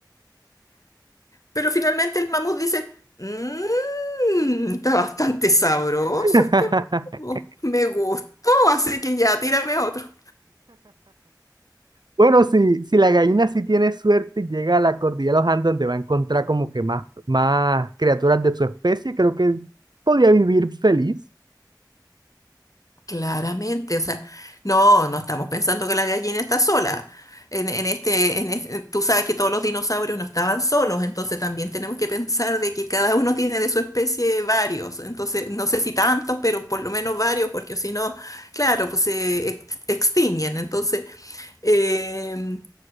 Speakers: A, on the left (about 50°); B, on the right (about 65°).
A: Pero finalmente el mamut dice, mmm, está bastante sabroso
B: <laughs>
A: este huevo, me gustó, así que ya, tírame otro.
B: Bueno, si, si la gallina sí tiene suerte y llega a la cordillera de los Andes donde va a encontrar como que más, más criaturas de su especie, creo que podría vivir feliz.
A: Claramente, o sea, no, no estamos pensando que la gallina está sola. En, en este, en es- tú sabes que todos los dinosaurios no estaban solos, entonces también tenemos que pensar de que cada uno tiene de su especie varios, entonces no sé si tantos, pero por lo menos varios, porque si no, claro, pues se ex- extinguen. Entonces, em,